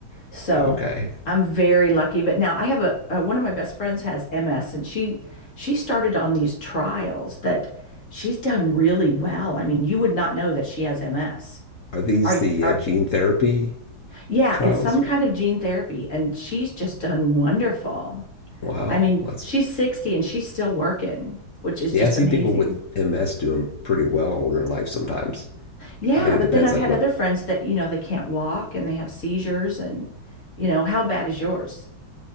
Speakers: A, on the left; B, on the left.
A: So
B: okay.
A: I'm very lucky. But now I have a, uh one of my best friends has MS and she she started on these trials that she's done really well. I mean, you would not know that she has MS.
B: Are these
A: Are,
B: the
A: are
B: uh, gene therapy
A: yeah,
B: trials?
A: it's some kind
B: Or,
A: of gene therapy and she's just done wonderful.
B: wow.
A: I mean,
B: Let's.
A: she's 60 and she's still working, which is
B: Yeah,
A: just
B: I see
A: amazing.
B: people with MS doing pretty well older in life sometimes.
A: Yeah,
B: I think
A: but
B: it depends,
A: then I've
B: like,
A: had
B: what.
A: other friends that, you know, they can't walk and they have seizures and you know, how bad is yours?